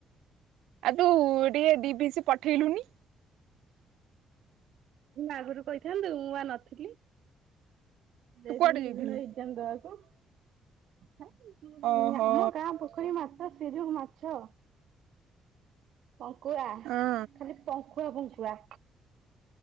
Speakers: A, on the right; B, on the right.
A: ଆଉ ତୁ ଟିକେ ଦି ପିସି ପଠେଇଲୁନି।
B: ଆଗରୁ କହିଥାନ୍ତେ ମୁଁ ଆ ନଥିଲି ଯାଇଥିଲି
A: ତୁ କୁଆଡେ
B: ସେଦିନ
A: ଯାଇଥିଲୁ
B: ହେଇ କେନ୍ତା ଆଁକୁକଆମ
A: ଓହୋ
B: ଗାଁ ପୁ ପୋଖରୀ ମାଛ ସେଯୋଉ ମାଛ ପଙ୍କୁ ଆ
A: ହଁ
B: ଖାଲି ପଙ୍କୁଆ ପଙ୍କୁଆ।